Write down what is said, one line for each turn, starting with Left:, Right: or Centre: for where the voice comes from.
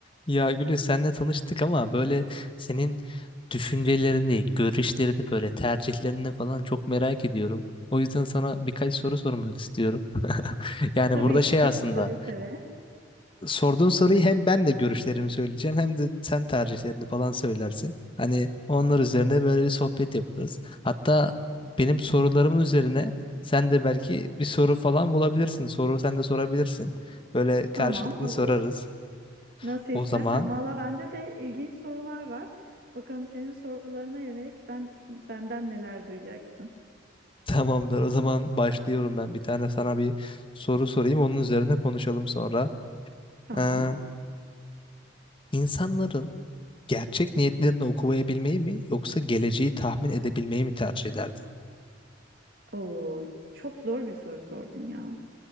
Left: Ya Gülü senle tanıştık ama böyle senin düşüncelerini, görüşlerini böyle tercihlerini falan çok merak ediyorum. O yüzden sana birkaç soru sormak istiyorum. <laughs> Yani
Right: Tabii
Left: burada şey
Right: ki
Left: aslında
Right: seve seve.
Left: sorduğun soruyu hem ben de görüşlerimi söyleyeceğim hem de sen tercihlerini falan söylersin. Hani onlar üzerine böyle bir sohbet yaparız. Hatta benim sorularımın üzerine sen de belki bir soru falan bulabilirsin. Soru sen de sorabilirsin. Böyle karşılıklı
Right: Tamam olur.
Left: sorarız.
Right: Nasıl
Left: O
Right: istersen.
Left: zaman
Right: Valla bende de ilginç sorular var. Bakalım senin sorularına yönelik ben benden neler duyacaksın.
Left: Tamamdır. O zaman başlıyorum ben. Bir tane sana bir soru sorayım. Onun üzerine konuşalım sonra.
Right: Tamam.
Left: Ee, insanların gerçek niyetlerini okuyabilmeyi mi yoksa geleceği tahmin edebilmeyi mi tercih ederdin?
Right: Oo, çok zor bir soru sordun ya.